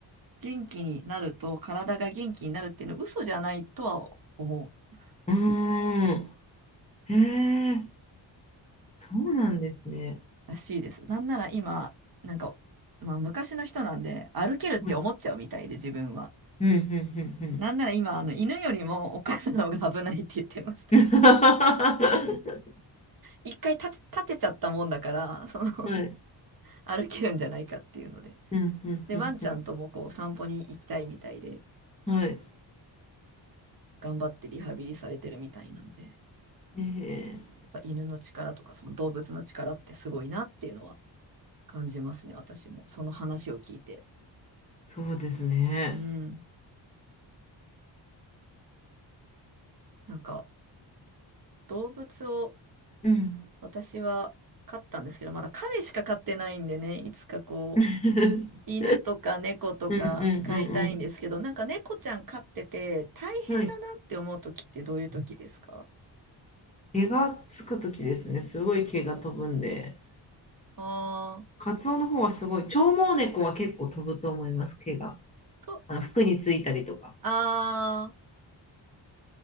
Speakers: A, on the right; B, on the left.
A: 元気になると体が元気になるっていうのは嘘じゃないとは思う
B: うーん、ええそうなんですね。
A: らしいです。なんなら今、なんか、まあ昔の人なんで歩けるって思っちゃうみたいで自分は。
B: はい、うん、う
A: なんなら今、あの犬よりもお母さんの方が危ないって言ってました。
B: ん、うん、うん。<laughs> は
A: 一回立て、立てちゃったもんだから、その
B: い、
A: 歩けるんじゃないかっていうので。
B: うん、うん、
A: で、ワンちゃんともこう散歩に行きたいみたいで、
B: うん、うん、はい、
A: 頑張ってリハビリされてるみたいなんで、や
B: ええ
A: っぱ犬の力とかその動物の力ってすごいなっていうのは感じますね、私も。その話を聞いて。
B: そうですね。
A: うん。なんか、動物を
B: うん。
A: 私は飼ったんですけど、まだ亀しか飼ってないんでね、いつかこう、
B: <laughs>
A: 犬とか猫とか飼いたいんですけど、
B: うんうんうん
A: なんか猫ちゃん飼ってて大変だなって思う時ってどういう時ですか
B: うん。はい毛がつくときですね。すごい毛が飛ぶんで。
A: あ
B: カツオの方はすごい。長毛猫は結構飛ぶと思います、毛が。
A: ー、と、
B: あの服についたりとか。
A: あー、